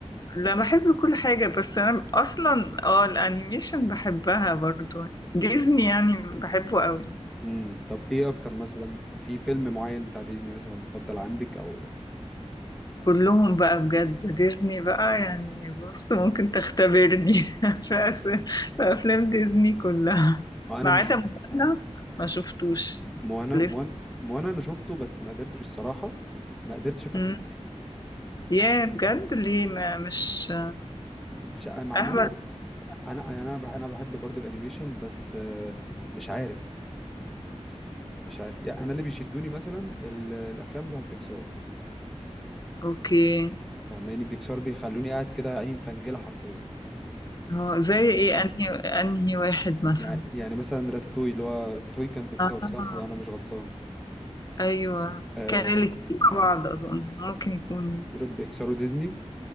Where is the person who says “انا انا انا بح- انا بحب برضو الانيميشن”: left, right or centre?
Centre